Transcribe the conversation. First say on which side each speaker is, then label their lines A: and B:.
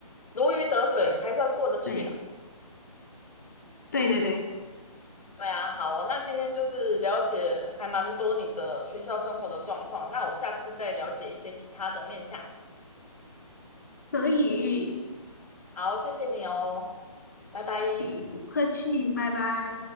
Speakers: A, on the left; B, on the left.
A: 如鱼得水，还算过得去啦。
B: 对对对对，
A: 对啊，好哦，那今天就是了解还蛮多你的学校生活的状况，那我下次再了解一些其他的面相。
B: 可以，
A: 好，谢谢你哦，拜拜。
B: 可以，不客气，拜拜。